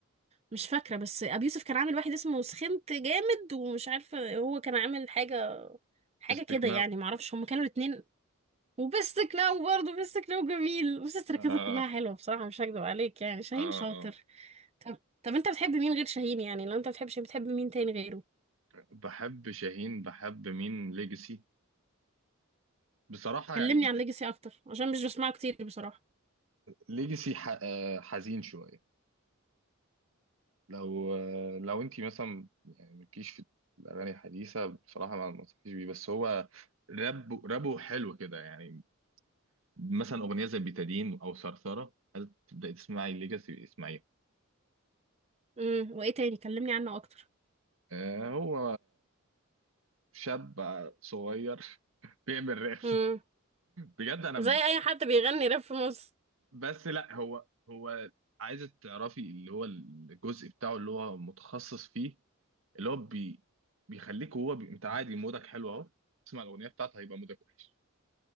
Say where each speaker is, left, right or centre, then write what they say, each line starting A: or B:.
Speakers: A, on the right; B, on the right.
A: مش فاكرة بس ابي يوسف كان عامل واحد اسمه سخنت جامد ومش عارفة هو كان عامل حاجة حاجة
B: بستك
A: كده يعني معرفش هما كانوا الاتنين وبيست كلاو برضه بيست كلاو جميل بس تركيزه
B: اه
A: كلها حلوة بصراحة مش هكدب عليك يعني شاهين
B: اه
A: شاطر
B: اه
A: طب طب انت بتحب مين غير شاهين يعني لو انت بتحبش بتحب مين تاني غيره
B: بحب شاهين بحب مين ليجاسي بصراحة
A: كلمني
B: يعني انت
A: عن ليجاسي اكتر عشان مش بسمعه كتير بصراحة
B: ليجاسي ح... آه، حزين شوية لو آه، لو انت مثلا يعني مالكيش في الأغاني الحديثة بصراحة ما ما انصحكيش بيه بس هو راب رابه حلو كده يعني مثلا أغنية زي بيتادين أو ثرثرة هل تبدأي تسمعي ليجاسي اسمعيها
A: امم وايه تاني كلمني عنه اكتر
B: آه، هو شاب صغير <laughs> بيعمل راب
A: امم
B: بجد أنا
A: زي اي حد بيغني راب في مصر
B: بس لا هو هو عايزة تعرفي اللي هو الجزء بتاعه اللي هو متخصص فيه اللي هو بي بيخليك هو بي... انت عادي مودك حلو اهو تسمع الاغنيه بتاعته هيبقى مودك وحش